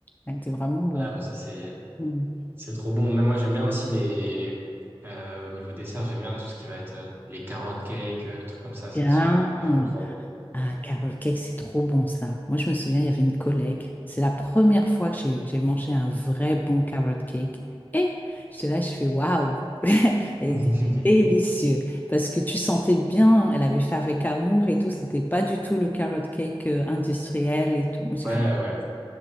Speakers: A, on the left (about 20°); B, on the right (about 20°).
A: Ah, Il était vraiment bon.
B: Ah, mais ça, c'est,
A: Mm.
B: c'est trop bon. Même moi, j'aime bien aussi les, euh, au niveau dessert, j'aime bien tout ce qui va être euh, les carottes cake, euh, trucs comme ça. Ça
A: Bien.
B: aussi, j'aime, j'aime trop.
A: Ah, carrot cake, c'est trop bon ça. Moi, je me souviens, il y avait une collègue. C'est la première fois que j'ai j'ai mangé un vrai bon carrot cake. Et j'étais là, je fais waouh! <laughs> Elle
B: <laughs>
A: était délicieux. Parce que tu sentais bien, elle avait fait avec amour et tout. C'était pas du tout le carrot cake euh, industriel et tout. J'ai
B: Ouais,
A: fait
B: ouais.